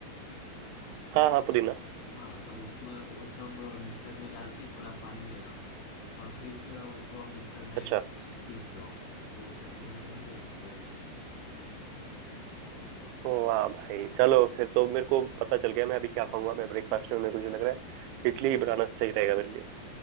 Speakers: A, on the right (about 85°); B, on the left (about 90°).
A: हाँ हाँ पुदीना
B: हाँ तो उसमें वो सब मिक्सर में डाल के थोड़ा पानी ले लो और फिर उसको मिक्सर में
A: अच्छा
B: अ, पीस दो वो चटनी बन गई है तुम्हारी
A: ओ वाह भाई चलो फिर तो मेरे को पता चल गया मैं अभी क्या खाऊंगा मैं ब्रेकफास्ट
B: हाँ
A: में मेरे को जो लग रहा है
B: <laughs>
A: इडली ही बनाना सही रहेगा मेरे लिए